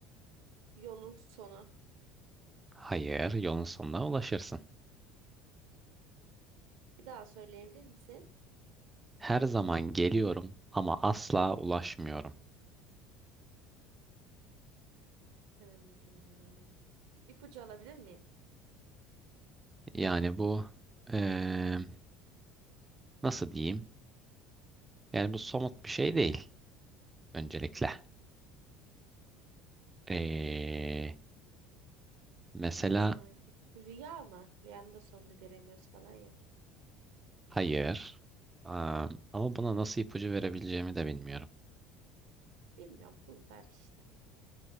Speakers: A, on the right; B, on the right.
A: yolun sonu.
B: Hayır, yolun sonuna ulaşırsın.
A: Bir daha söyleyebilir misin?
B: Her zaman geliyorum ama asla ulaşmıyorum.
A: Hmm, ipucu alabilir miyim?
B: Yani bu eee, nasıl diyeyim? Yani bu somut bir şey değil öncelikle. Ee, mesela
A: Her zamanki. Rüya mı? Rüyanın da sonunu göremiyoruz falan ya.
B: hayır. Am, ama buna nasıl ipucu verebileceğimi de bilmiyorum.
A: Bilmiyorum. Bul ver işte.